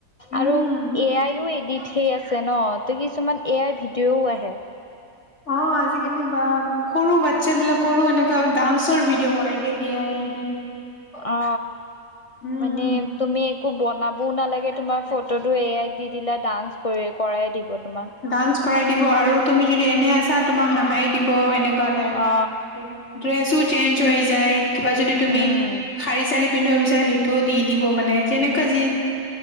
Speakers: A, on the left; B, on the left.
A: উম,
B: আৰু, এ আইও এডিট সেই আ আছে ন ত' কিছুমান এ আই ভিডিঅ'ও আহে।
A: অ', আজিকালি বা সৰু বাচ্ছা বিলাকৰো এনে ডান্সৰ ভিডিঅ' বনাই দিয়ে এ আই দি।
B: অ
A: উম,
B: মানে তুমি একো বনাবও নালাগে তোমাৰ ফটোটো এয়াই দি দিলা ডান্স কৰি কৰাই দিব। তোমাক
A: ডান্স কৰাই দিব আৰু তুমি যদি এনে আছা তোমাক হাঁহাই দিব এনেকুৱা টাইপ।
B: অ
A: ড্ৰেছো চেঞ্জ হৈ যায় কিবা যদি তুমি
B: উম
A: শাৰী চাৰী পিন্ধিব বিচাৰা সেই টো দি দিব মানে যেনেকুৱা যি